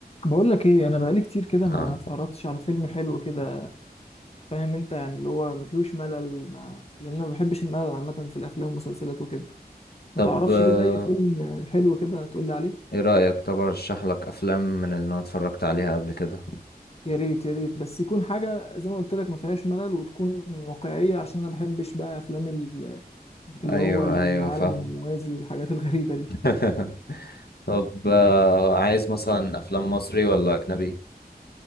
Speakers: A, on the left; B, on the left.
A: بقول لك ايه انا بقالي كتير كده ما
B: اه
A: اتفرجتش على فيلم حلو كده فاهم انت يعني اللي هو ما فيهوش ملل ما... لان انا ما بحبش الملل عامه في الافلام والمسلسلات وكده
B: طب
A: ما تعرفش
B: آه،
A: كده اي فيلم حلو كده تقول لي عليه
B: ايه رأيك طب ارشح لك افلام من اللي انا اتفرجت عليها قبل كده
A: يا ريت يا ريت بس يكون حاجه زي ما قلت لك ما فيهاش ملل وتكون واقعيه عشان انا ما بحبش بقى افلام ال- اللي
B: ايوه
A: هو العالم
B: ايوه فاهم
A: الموازي والحاجات <laughs> الغريبه دي
B: <laughs> طب آه، عايز مثلا افلام مصري ولا اجنبي